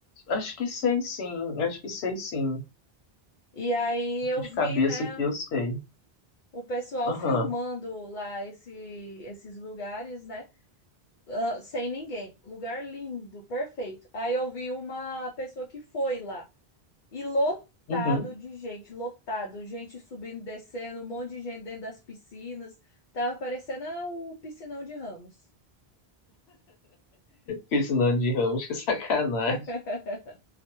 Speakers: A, on the left (about 90°); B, on the left (about 55°).
A: acho que sei sim, acho que sei sim.
B: E aí
A: Acho
B: eu
A: que de
B: vi,
A: cabeça
B: né,
A: que eu sei.
B: o pessoal
A: Aham.
B: filmando lá esse, esses lugares, né? ah, sem ninguém. Lugar lindo, perfeito. Aí eu vi uma pessoa que foi lá e lotado
A: Uhum.
B: de gente, lotado, gente subindo, e descendo, um monte de gente dentro das piscinas. Tava parecendo ah, o piscinão de Ramos.
A: Fiz o nome de Ramos, <laughs> que sacanagem.
B: <laughs>